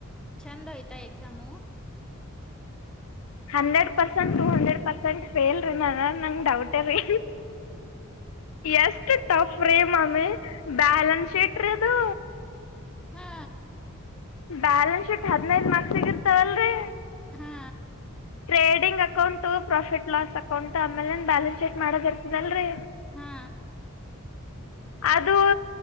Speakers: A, in the centre; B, on the left.
A: ಚಂದ್ ಆಯ್ತಾ exam?
B: Hundred percent to hundred percent fail ರೀ ನಾನು ನಂಗ ಡೌಟ ರೀ ಎಸ್ ಟಫ್ ರೇ ಮಾಮಿ ಬಾಲನ್ಸ್ ಶೀಟ್ರಿ ಅದು
A: ಹಾ
B: ಬ್ಯಾಲೆನ್ಸ್ ಶೀಟ್ ಹದ್ನೈದ್ ಮಾರ್ಕ್ಸಿಗ್ ಇರ್ತಾವಲ್ರಿ
A: ಹಾ
B: trading account profit loss account ಆಮೇಲೆನು ಬ್ಯಾಲೆನ್ಸ್ ಶೀಟ್ ಮಾಡೋದಿರ್ತದಲ್ರಿ
A: ಹಾ
B: ಅದು